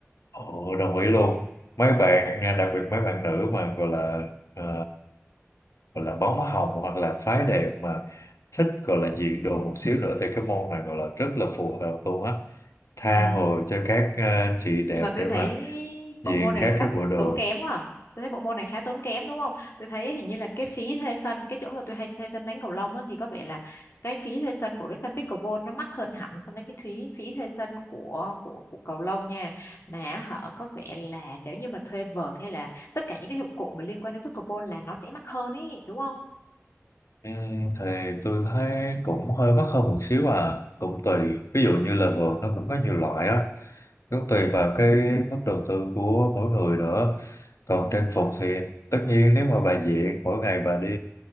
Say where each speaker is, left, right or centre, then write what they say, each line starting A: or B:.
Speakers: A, on the left; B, on the left.
A: Ồ, đồng ý luôn. Mấy bạn, à, đặc biệt mấy bạn nữ mà gọi là à, gọi là bóng hồng hoặc là phái đẹp mà thích gọi là diện đồ một xíu nữa thì cái môn này gọi là rất là phù hợp luôn á. Tha
B: Ừ.
A: hồ cho các à, chị đẹp
B: nhưng mà tôi
A: để
B: thấy
A: mà
B: bộ
A: diện
B: môn này
A: các
B: đắt
A: cái bộ đồ.
B: tốn kém quá à. tôi thấy bộ môn này khá tốn kém đúng không tôi thấy hình như là cái phí thuê sân cái chỗ mà tôi hay thuê sân đánh cầu lông á, thì có vẻ là cái phí thuê sân của cái sân pickleball nó mắc hơn hẳn so với cái phí phí thuê sân của của của cầu lông nha mà họ có vẻ là nếu như mà thuê vợt hay là tất cả những cái dụng cụ mà liên quan đến pickleball là nó sẽ mắc hơn ý đúng không
A: Ừm, thì tôi thấy cũng hơi mắc hơn một xíu à, cũng tùy. Ví dụ như là vợt nó cũng có nhiều loại á. cũng tùy vào cái mức đầu tư của mỗi người nữa còn trang phục thì tất nhiên nếu mà bà diện mỗi ngày bà đi